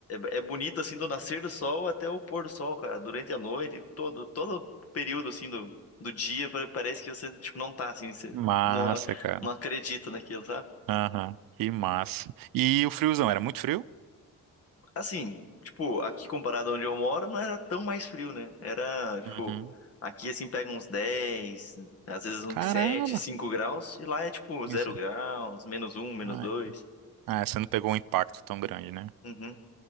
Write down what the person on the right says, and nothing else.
Massa,
cara.
Aham, que massa. E o friozão, era muito frio?
Uhum.
Caramba,
isso.
Ai.
Ah, você não pegou um impacto tão grande, né?